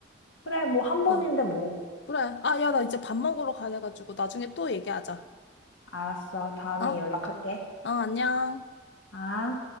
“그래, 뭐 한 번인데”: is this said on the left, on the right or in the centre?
Left